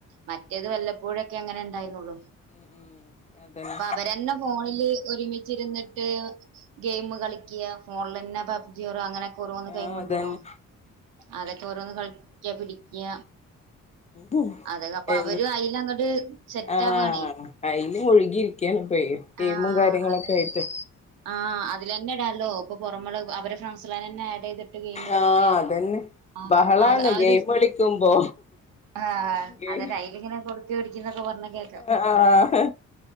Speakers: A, on the right; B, on the left.
A: മറ്റേത് വല്ലപ്പോഴൊക്കെങ്ങനെ ഇണ്ടായിരുന്നുള്ളു
B: ഉം ഉം അതന്നെ
A: പ്പവരന്നെ ഫോണില് ഒരുമിച്ചിര്ന്ന്ട്ട് ഗെയിം കളിക്ക്യ ഫോണിലെന്നെ പബ്ജിയോർ അങ്ങനെക്കെ ഓരോന്ന്
B: ആഹ്
A: ഗെയിമ് ണ്ടല്ലോ
B: അതന്നെ
A: അതൊക്കെ ഓരോന്ന് കളിക്ക്യ പിടിക്ക്യ
B: ഉം
A: അതെ അപ്പൊ
B: എ
A: അവരും അയിലങ്ങട് സെറ്റാവാണേ...
B: ആഹ് അയില് മുഴുകിയിരിക്കയാണ് ഇപ്പേ ഗെയിമും
A: ആഹ്
B: കാര്യങ്ങളൊക്കെ
A: അതെന്നെ
B: ആയിട്ട്
A: ആഹ് അതിലന്നെ ഇടാല്ലോ പ്പൊ പുറമള്ളെ അവരെ ഫ്രണ്ട്സാളെന്നെ ആഡ് ചെയ്ത് ട്ട് ഗെയിം കളിക്ക്യ
B: ആഹ് അതന്നെ
A: ആഹ്
B: ബഹളാണ്
A: ആ ഒരു
B: ഗെയിം കളിക്കുമ്പോ
A: ആഹ്
B: ഗെ
A: അതന്നെ അയ്ലിങ്ങനെ കൊട്ക്കി കൊടിക്കിന്നൊക്കെ പറേണെ കേക്കാം
B: ആഹ്